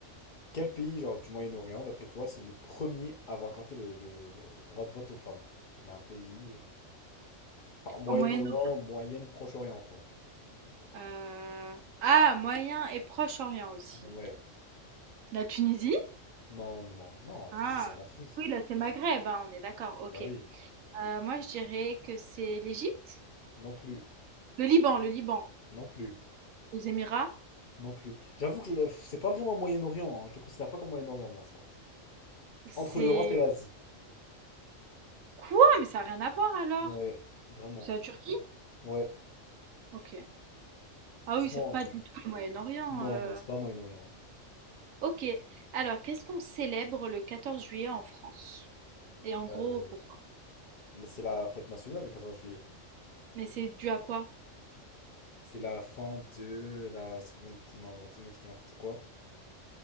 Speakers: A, on the left (about 50°); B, on the right (about 90°).
A: Quel pays, genre, du Moyen-Orient, d'après toi, c'est le premier à avoir accordé le, le- le droit de vote aux femmes? Il y a un pays... euh, Enfin, Moyen-Orient,
B: Au Moyen-Orient.
A: Moyenne, Proche-Orient, quoi.
B: Euh, Ah, Moyen et Proche-Orient aussi.
A: Ouais.
B: La Tunisie?
A: Non, non, non. Non,
B: Ah,
A: tu dis c'est en Afrique.
B: oui, là, c'est Maghreb, hein, on est d'accord, ok.
A: Bah oui.
B: Euh, moi, je dirais que c'est l'Égypte,
A: Non plus.
B: le Liban, le Liban,
A: Non plus.
B: les Émirats.
A: Non plus. J'avoue que le- c'est pas vraiment Moyen-Orient, hein. Je te considère pas comme Moyen-Orient, moi, ça. C'est
B: C'est
A: entre l'Europe et l'Asie.
B: quoi? Mais ça n'a rien à voir alors.
A: Ouais, vraiment.
B: C'est la Turquie?
A: Ouais.
B: Ok. Ah
A: Franchement,
B: oui, c'est pas
A: euh,
B: du tout le Moyen-Orient.
A: non,
B: euh.
A: non, c'est pas Moyen-Orient.
B: Ok. Alors, qu'est-ce qu'on célèbre le 14 juillet en France? Et en gros,
A: Euh,
B: pourquoi?
A: euh, c'est la fête nationale, le 14 juillet.
B: Mais c'est dû à quoi?
A: C'est la fin de la seconde. Non, j'ai raté le mec qui était n'importe quoi.